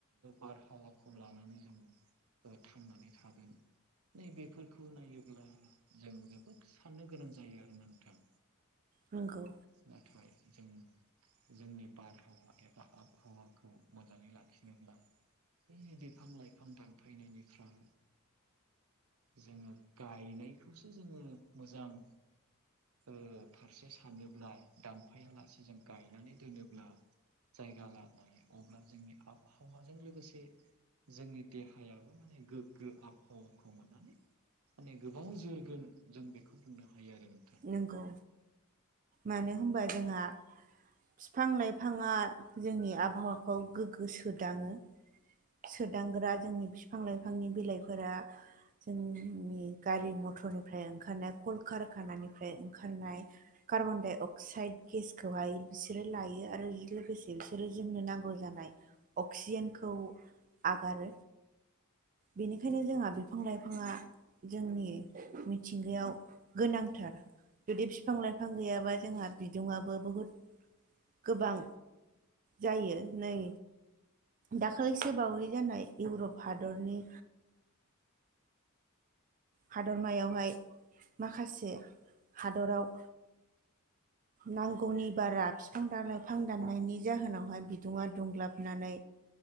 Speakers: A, on the right; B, on the right.
A: बारहावा खौ लानानै जों थांनानै थागोन। नै बेफोरखौ नायोब्ला जों जोबोद साननो गोनां जायो आरो। ना नंगौ नोंथां।
B: नोंगौ।
A: नाथाय जों जोंनि बारहावा एबा आबहावाखौ मोजाङै लाखिनोब्ला ओ बै बिफां लाइफां दानफायनायनिफ्राय जोङो गायनायखौसो जोङो मोजां ओ फारसे सानोब्ला दानफायालासे जों गायनानै दोनोब्ला जायगा लानानै अब्ला जोंनि आबहावाजों लोगोसे जोंनि देहायाबो माने गोग्गो आबहावाखौ मोननानै माने गोबां जोरगोन जों बेखौ बुंनो हायो आरो नों
B: नंगौ मानो होनबा जोंहा बिफां-लाइफां बिथाङा जोंनि आबहावाखौ गोगो सोदाङो। सोदांग्रा जोंनि बिफां लाइफांनि बिलाइफोरा जोंनि गारि मथरनिफ्राय ओंखारनाय कलकारखानानिफ्राय ओंखारनाय कार्बन डाइ अक्साइड गेसखौहाय बिसोरो लायो आरो बे लोगोसे बिसोरो जोंनो नांगौ जानाय अक्सिजेनखौ आगारो बेनिखायनो जोंहा बिफां लाइफाङा ओ जोंनि मिथिंगायाव गोनांथार जुदि बिफां लाइफां गैयाबा जोंहा बिदुङाबो बुहुत गोबां जायो नै दाखालिसो बावै जानाय इउरप हादरनि हादरमायावहाय माखासे हादराव
A: <inaudible>
B: नांगौनि बारा बिफां दा लाइफां दाननायनि जाहोनावहाय बिदुङा दुंग्लाबनानै